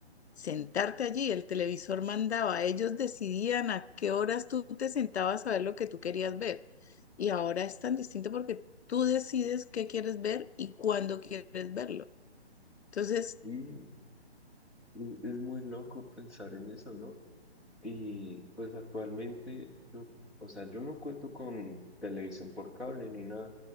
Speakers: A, on the left; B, in the centre.
A: sentarte allí. El televisor mandaba, ellos decidían a qué horas tú te sentabas a ver lo que tú querías ver. Y ahora es tan distinto porque tú decides qué quieres ver y cuándo quieres verlo. Entonces,
B: Y es es muy loco pensar en eso, ¿no? Y pues actualmente, yo, o sea, yo no cuento con televisión por cable ni nada.